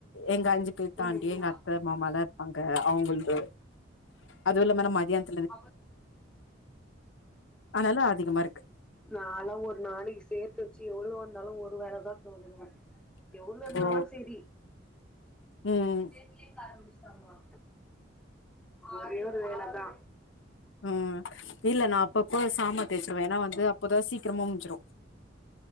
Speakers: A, on the left; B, in the centre.
A: எங்க அஞ்சி பேர் தாண்டி
B: ம்
A: எங்க
B: ம்
A: அத்த மாமா எல்லா இருப்பாங்க அவுங்ளுது அதுவுஇல்லாம நா மதியானத்
B: <inaudible>
A: அதனால அதிகமா இருக்கு
B: நால ஒரு நாளைக்கு சேத்து வச்சு எவ்ளோ வந்தாலு ஒரு வேலைதா போடனு எவளோஇருந்தாலு
A: ஓ
B: சேரி
A: ம்
B: நேரிய பேர் கேக்க ஆராமிச்சுருவாங்களா ஒரே ஒரு வேல தா
A: ம் இல்ல நா அப்பப்போ சாமா தேச்சிருவ ஏனா வந்து அப்போதா சீக்கிரமா முஜிசிரு